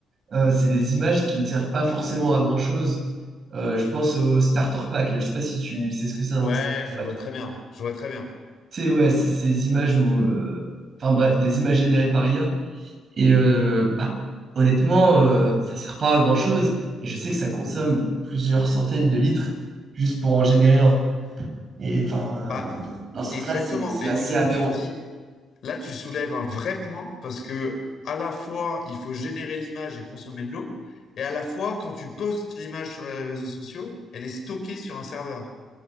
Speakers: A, on the right; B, on the left.
A: euh, c'est des images qui ne servent pas forcément à grand-chose. Euh, je pense au starter pack, je sais pas si tu sais ce que c'est un
B: Ouais,
A: starter
B: je
A: pack.
B: vois très bien. Je vois très bien.
A: Tu ouais, c'est ces images où... euh, Enfin bref, des images générées par IA. Et euh, bah, honnêtement, euh, ça sert pas à grand-chose. Et je sais que ça consomme plusieurs centaines de litres juste pour en générer un. Et enfin,
B: Bah,
A: euh, dans ce
B: exactement.
A: sens-là, c'est c'est
B: Et
A: assez
B: tu,
A: aberrant.
B: tu dis Là, tu soulèves un vrai point parce que à la fois, il faut générer l'image et consommer de l'eau, et à la fois, quand tu postes l'image sur les réseaux sociaux, elle est stockée sur un serveur.